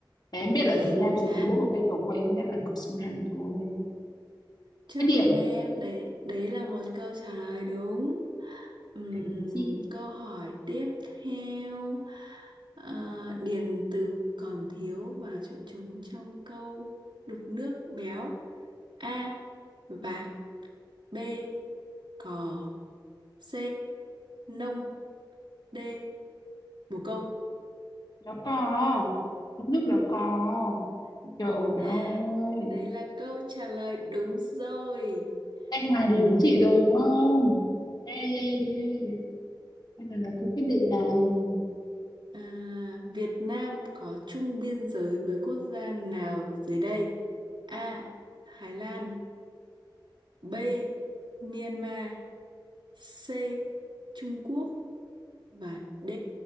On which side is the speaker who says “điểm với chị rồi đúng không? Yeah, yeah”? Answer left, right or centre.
Left